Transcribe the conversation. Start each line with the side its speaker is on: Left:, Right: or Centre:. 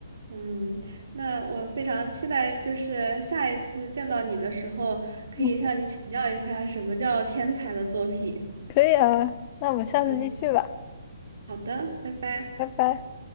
Right: 嗯，那我非常期待，就是下一次见到你的时候，可以向你请教一下什么叫天才的作品。
Left: 嗯，可以啊，那我们下次继续吧，
Right: 嗯，好的，拜拜。
Left: 拜拜。